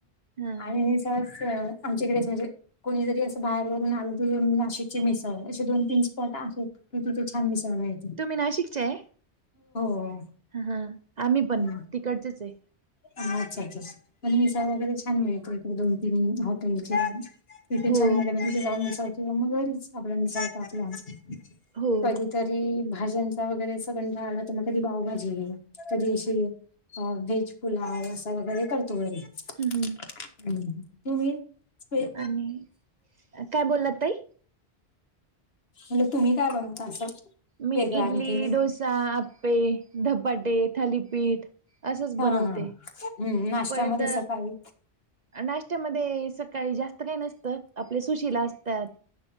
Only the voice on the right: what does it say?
हा
तुम्ही नाशिकचे आहे?
हा आम्ही पण
तिकडचेच आहे.
हो
हो.
हम् हम्
आणि, काय बोलला ताई?
मी
इडली,
डोसा, आपपे, धपाटे, थालीपीठ असंच
बनवते.
परत
नाशत्यामध्ये सकाळी जास्त काही नसतं आपल्या सुशिला असतात.